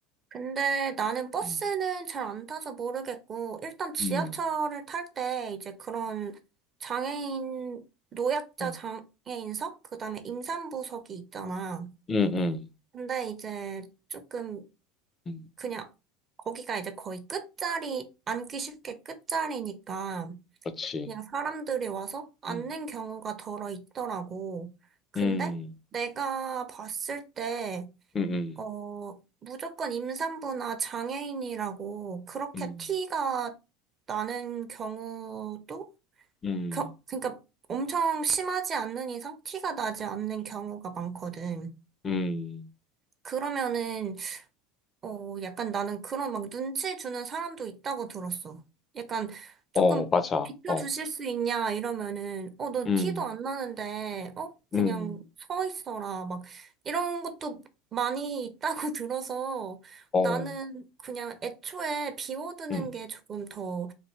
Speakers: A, on the right; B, on the left.
A: 근데 나는 버스는
B: 음.
A: 잘 안 타서 모르겠고, 일단 지하철을
B: 음.
A: 탈 때 이제 그런 장애인, 노약자
B: 음.
A: 장애인석? 그 다음에 임산부석이 있잖아.
B: 음, 음,
A: 근데 이제 조금
B: 음,
A: 그냥 거기가 이제 거의 끝자리, 앉기 쉽게 끝자리니까
B: 그렇지.
A: 그냥 사람들이 와서 앉는
B: 음,
A: 경우가 덜어 있더라고. 근데
B: 음,
A: 내가 봤을 때
B: 음,
A: 어, 무조건 임산부나 장애인이라고 그렇게
B: 음,
A: 티가 나는 경우도,
B: 음, 음,
A: 겨, 그러니까 엄청 심하지 않는 이상 티가 나지 않는 경우가 많거든.
B: 음.
A: 그러면은 어, 약간 나는 그런 막 눈치 주는 사람도 있다고 들었어. 약간 조금
B: 어, 맞아.
A: 비켜주실
B: 어,
A: 수 있냐 이러면은, 어, 너
B: 음,
A: 티도 안 나는데, 어, 그냥
B: 음,
A: 서 있어라. 막 이런 것도 많이 있다고 <laughs> 들어서
B: 어,
A: 나는 그냥 애초에 비워두는
B: 음,
A: 게 조금 더,